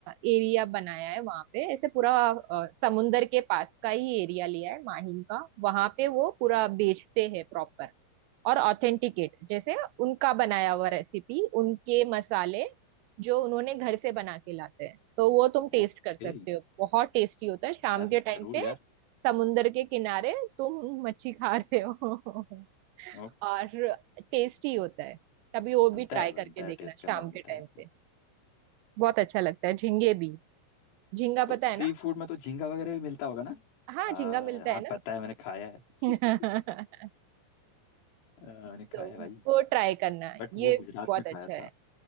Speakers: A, on the right; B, on the left.
A: एरिया बनाया है वहां पे ऐसे पूरा अ, समुंदर के पास का ही एरिया लिया है माहिम का वहां पे वो पूरा
B: हम्म,
A: बेचते हैं प्रॉपर और ऑथेंटिकेट जैसे उनका बनाया हुआ रेसिपी उनके मसाले जो उन्होंने घर से बना के लाते हैं तो वो तुम टेस्ट
B: ओके
A: कर सकते हो बहुत टेस्टी होता है शाम
B: यार
A: के टाइम
B: जरूर
A: पे
B: यार
A: समुंदर के किनारे तुम मच्छी खा रहे हो
B: ओ,
A: <laughs> और टेस्टी होता है तभी वो
B: बनता
A: भी ट्राई
B: है बनता
A: करके
B: है
A: देखना
B: टेस्ट करना
A: शाम
B: बनता
A: के टाइम
B: है
A: पे बहुत अच्छा लगता है झींगे भी झींगा
B: तो
A: पता
B: सी
A: है ना
B: फूड में तो झींगा वगैरह भी मिलता होगा ना
A: हाँ
B: हाँ
A: झींगा मिलता
B: हाँ
A: है ना
B: पता है मैंने खाया है
A: <laughs>
B: <laughs> अ, मैंने खाया
A: तो
B: है भाई
A: वो ट्राई करना
B: बट
A: ये
B: वो गुजरात
A: बहुत
B: में
A: अच्छा
B: खाया
A: है
B: था